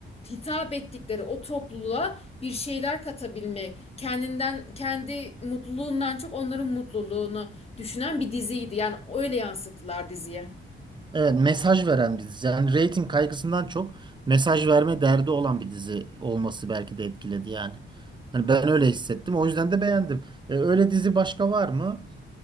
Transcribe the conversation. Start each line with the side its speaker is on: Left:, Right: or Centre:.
Left: hitap ettikleri o topluluğa bir şeyler katabilmek, kendinden kendi mutluluğundan çok onların mutluluğunu düşünen bir diziydi. Yani öyle yansıttılar diziye.
Right: Evet, mesaj veren bir dizi. Yani rating kaygısından çok mesaj verme derdi olan bir dizi olması belki de etkiledi yani. Hani ben öyle hissettim. O yüzden de beğendim. E, öyle dizi başka var mı?